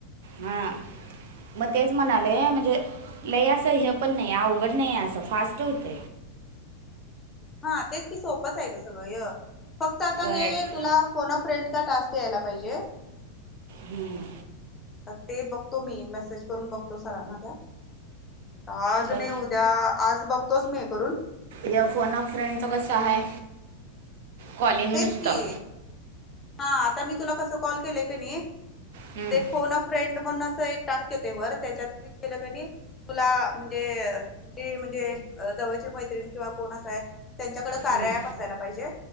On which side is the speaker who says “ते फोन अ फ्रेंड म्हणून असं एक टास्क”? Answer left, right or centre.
Left